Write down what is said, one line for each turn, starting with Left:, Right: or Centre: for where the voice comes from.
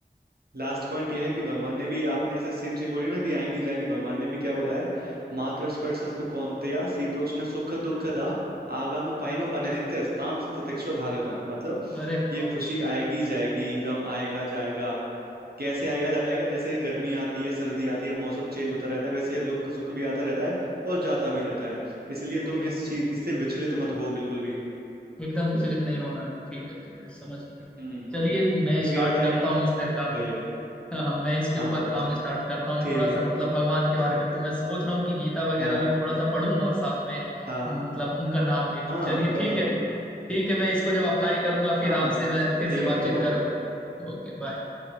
Right: लास्ट पॉइंट यह है कि भगवान ने भी आपने ऐसे सीएमसी बोली ना कि आएंगी जाएंगी भगवान ने भी क्या बोला है मातृस्पर्शस्तु कौन्तेया शीतोष्ण सुख दुखदा आगाम पाइनो अनित्यस्ताम ततिस्व भारता मतलब
Centre: अरे
Right: ये
Centre: वाह
Right: खुशी आएगी जाएगी गम आएगा जाएगा कैसे आएगा जाएगा जैसे गर्मी आती है सर्दी आती है मौसम चेंज होता रहता है वैसे ये दुख सुख भी आता रहता है और जाता भी रहता है इसलिए
Centre: ओह,
Right: तुम इस चीज से विचलित मत हो बिल्कुल भी
Centre: एकदम विचलित नहीं होना है ठीक है ठीक है समझ गया
Right: हम्म
Centre: चलिए मैं
Right: क्योंकि
Centre: स्टार्ट
Right: एट द एंड
Centre: करता हूँ इस पर काम
Right: गई है
Centre: हाँ हाँ, मैं इसके
Right: हाँ
Centre: ऊपर काम
Right: चल
Centre: स्टार्ट करता हूँ
Right: ठीक
Centre: थोड़ा सा
Right: है
Centre: मतलब भगवान के बारे में
Right: <laughs>
Centre: तो मैं सोच रहा हूँ कि गीता वगैरह
Right: हाँ
Centre: भी थोड़ा सा पढूं और साथ में
Right: हाँ
Centre: मतलब उनका नाम भी लूं।
Right: हाँ
Centre: चलिए
Right: पढ़ो
Centre: ठीक है ठीक है मैं इसको जब अप्लाई करूंगा फिर
Right: हाँ
Centre: आपसे
Right: हाँ
Centre: मैं फिर
Right: ठीक
Centre: से बातचीत
Right: है ओके
Centre: करूंगा Okay bye